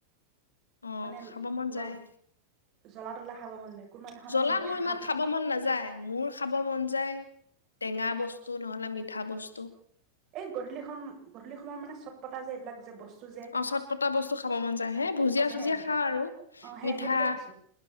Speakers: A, on the left (about 75°); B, on the right (about 35°).
A: অহ
B: মানে
A: খাব মন
B: ল
A: যায়
B: জ্বলা তলা খাব মন যায় কোনোবাদিনাখন
A: জ্বলা
B: আকৌ মিঠা
A: মোৰ ইমান খাব মন নাযায় মোৰ খাব মন যায় টেঙা বস্তু নহ'লে মিঠা বস্তু
B: এই গধূলিখন গধূলি সময়ত মানে চত পতা যে এইবিলাক যে বস্তু যে
A: অ চট পতা বস্তু খাব মন যায় হে ভুজিয়া
B: অ
A: চুজিয়া
B: সে
A: খা আৰু
B: অ সেই
A: মিঠা
B: সেইটোকে কৈছো